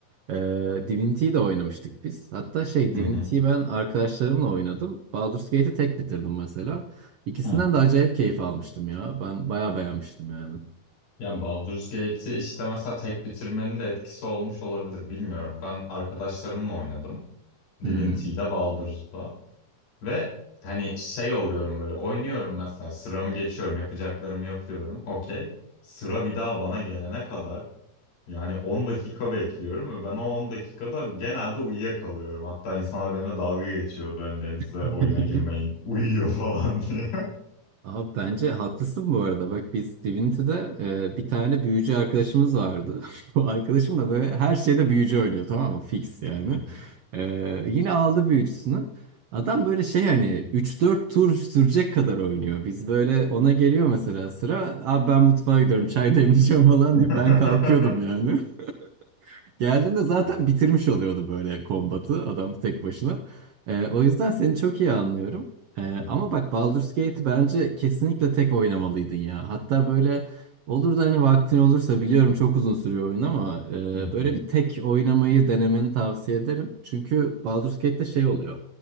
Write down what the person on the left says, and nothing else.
Hı
hı.
Hı
Ya Baldur's Gate'i işte mesela tek bitirmenin de etkisi olmuş olabilir bilmiyorum. Ben arkadaşlarımla oynadım.
Divinity'de, Baldur's'da. Ve hani şey oluyorum böyle oynuyorum mesela sıramı geçiyorum yapacaklarımı yapıyorum okey. Sıra bir daha bana gelene kadar yani 10 dakika bekliyorum ve ben o 10 dakikada genelde uyuyakalıyorum. Hatta insanlar benimle dalga geçiyordu hani Deniz'le
oyuna girmeyin uyuyor falan diye. <laughs>
Hı hı.
<laughs>
Evet.
Hı hı.
Hı
hı.